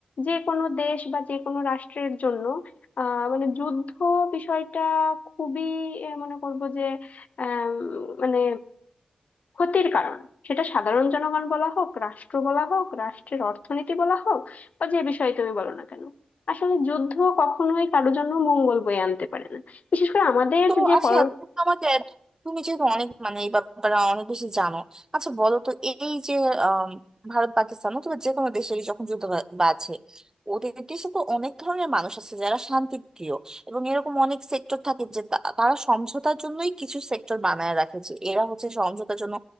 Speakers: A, on the left; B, on the right.
A: যে কোনো দেশ বা যে কোনো রাষ্ট্রের জন্য আহ মানে যুদ্ধ বিষয়টা খুবই আহ, মনে করবো যে আহ মানে ক্ষতির কারণ সেটা সাধারণ জনগণ বলা হোক রাষ্ট্র বলা হোক রাষ্ট্রের অর্থনীতি বলা হোক বা যে বিষয়ে তুমি বলো না কেন আসলে যুদ্ধ কখনোই কারোর জন্য মঙ্গল বয়ে আনতে পারে না বিশেষ করে আমাদের
B: তো
A: যে
B: আচ্ছা
A: পর
B: তুমি তো আমাদের তুমি যেহেতু অনেক মানে এই ব্যাপারে অনেক বেশি জানো আচ্ছা বলো তো এই যে আম, ভারত পাকিস্তান অথবা যে কোনো দেশের যখন যুদ্ধ বা- বাজে ওদের দেশে তো অনেক ধরনের মানুষ আছে যারা শান্তিপ্রিয় এবং এরকম অনেক সেক্টর থাকে যে তা- তারা সমঝোতার জন্যই কিছু সেক্টর বানায় রাখে যে এরা হচ্ছে সমঝোতার জন্য